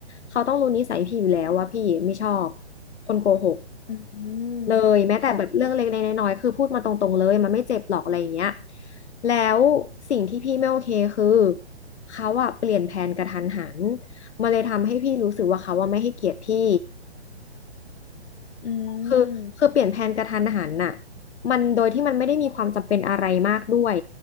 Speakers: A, on the left (about 75°); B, on the left (about 55°).
A: เขาต้องรู้นิสัยพี่อยู่แล้วว่าพี่ไม่ชอบคนโกหก
B: อืม
A: เลยแม้แต่แบบเรื่องเล็กๆน้อยๆคือพูดมาตรงๆเลยมันไม่เจ็บหรอกอะไรอย่างเงี้ย
B: ค่ะ
A: แล้วสิ่งที่พี่ไม่โอเคคือเขาอะเปลี่ยนแผนกระทันหันมันเลยทำให้พี่รู้สึกว่าเขาอะไม่ให้เกียรติพี่
B: อื
A: คือคือเปลี่ยนแผนกระทันหันน่ะ
B: ม
A: มันโดยที่มันไม่ได้มีความจำเป็นอะไรมากด้วย